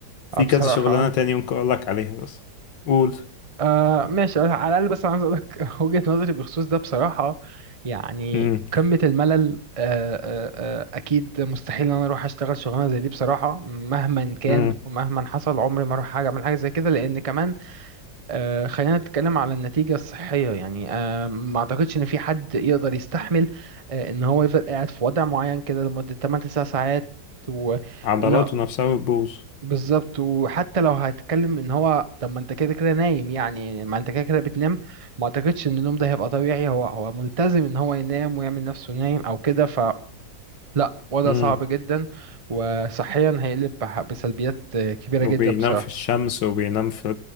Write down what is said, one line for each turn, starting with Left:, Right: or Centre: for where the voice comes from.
Left: في
Right: آه، بصراحه
Left: كذا شغلانة
Right: آه.
Left: تاني ممكن أقولك عليها بس قول
Right: آه ماشي على الاقل بس انا عايز اقول لك <laughs> وجهة نظري بخصوص ده بصراحة يعني
Left: امم
Right: قمة الملل آه آه آه اكيد مستحيل ان انا اروح اشتغل شغلانة زي دي بصراحة مهما كان
Left: امم
Right: ومهما حصل عمري ما اروح حاجة اعمل حاجة زي كده لان كمان آه خلينا نتكلم على النتيجة الصحية يعني آه ما اعتقدش ان في حد يقدر يستحمل آه ان هو يفضل قاعد في وضع معين كده لمدة 8 9 ساعات و...
Left: عضلاته
Right: وإن-
Left: نفسها بتبوظ
Right: بالظبط وحتى لو هتتكلم ان هو طب ما انت كده كده نايم يعني ما انت كده كده بتنام ما اعتقدش ان النوم ده هيبقى طبيعي هو هو ملتزم ان هو ينام ويعمل نفسه نايم او كده ف لا وضع
Left: امم
Right: صعب جدا وصحيا هيقلب بح- بسلبيات كبيرة
Left: وبينام
Right: جدا بصراحة
Left: في الشمس وبينام في